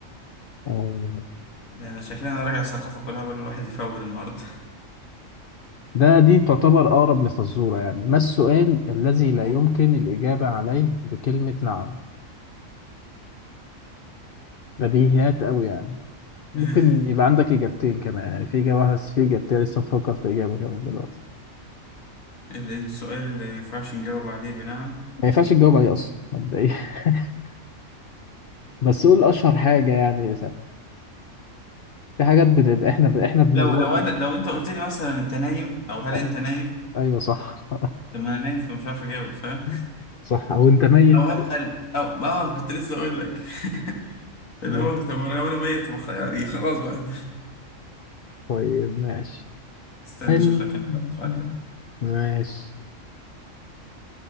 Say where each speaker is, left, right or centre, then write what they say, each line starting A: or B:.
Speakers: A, on the left; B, on the left.
A: آه،
B: ده انا شكلي انا راجع الثقافه كلها بقى الواحد يفول النهارده
A: ده دي تعتبر أقرب لفزورة يعني ما السؤال الذي لا
B: قول
A: يمكن الإجابة عليه بكلمة نعم بديهيات أوي يعني
B: <laughs>
A: ممكن يبقى عندك إجابتين كمان يعني في إجابة واحدة بس في إجابتين لسه مفكر في إجابة كمان دلوقتي
B: الايه السؤال اللي ما ينفعش نجاوب عليه بنعم
A: ما ينفعش تجاوب عليه أصلا مبدئيا <laughs> بس قول أشهر حاجة يعني في حاجات بنبقى إحنا ب... إحنا بنغلط
B: لو لو انا لو انت قلت لي مثلا انت نايم او هل
A: آه،
B: انت نايم
A: أيوه صح
B: لما انا نايم فمش عارف اجاوب فاهم
A: <laughs> صح أو أنت ميت
B: او هل قال او اه كنت لسه اقول لك <laughs> اللي
A: ماشي
B: هو طب ما انا وأنا ميت ما خ- يعني خلاص بقى
A: طيب ماشي
B: استنى
A: ماشي
B: اشوف لك انا بقى سؤال حلو
A: ماشي